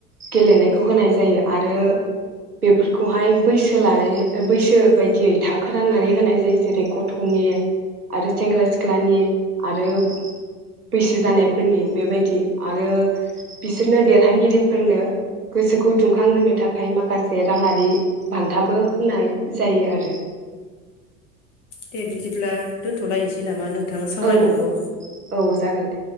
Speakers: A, on the right; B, on the left.
A: गेलेनायखौ होनाय जायो आरो बेफोरखौहाय बैसो लानाय बैसो बायदियै थाखो राननानै होनाय जायो जेरै गथ'नि आरो सेंग्रा सिख्लानि आरो, बैसो जानायफोरनि बेबायदि आरो बिसोरनो देरहागिरिफोरनो गोसोखौ दुंखांहोनो थाखाय माख खासे राङारि बान्थाबो होनाय जायो आरो।
B: दे बिदिब्ला दोनथ'लायनोसै नामा नों थां सावरायनायखौ?
A: औ औ जागोन दे